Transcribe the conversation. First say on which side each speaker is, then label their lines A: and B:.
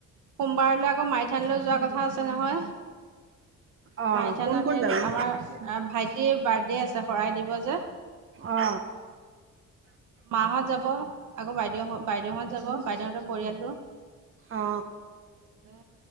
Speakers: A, on the right (about 80°); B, on the right (about 45°).
A: সোমবাৰলৈ আকৌ মাইথানলৈ যোৱা কথা আছে নহয়।
B: অ
A: মাই থানত
B: কোন কোন
A: হেৰি
B: যাবি
A: আমাৰ ভাইটিৰ বাৰ্থ ডে আছে শৰাই দিব যে।
B: অ।
A: মাহত যাব আকৌ বাইদেউ বাইদেউহত যাব বাইদেউহতৰ পৰিয়ালটো।
B: অ
A: তাতে